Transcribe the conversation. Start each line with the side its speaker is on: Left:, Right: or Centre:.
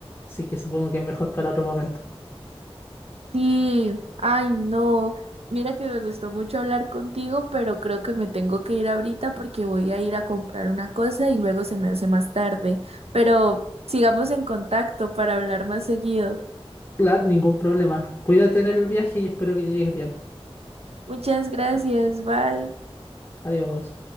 Left: Así que supongo que es mejor para otro momento.
Right: Sí, ay, no. Mira que me gustó mucho hablar contigo, pero creo que me tengo que ir ahorita porque voy a ir a comprar una cosa y luego se me hace más tarde. Pero sigamos en contacto para hablar más seguido.
Left: Claro, ningún problema. Cuídate en el viaje y espero que llegues bien.
Right: Muchas gracias, bye.
Left: Adiós.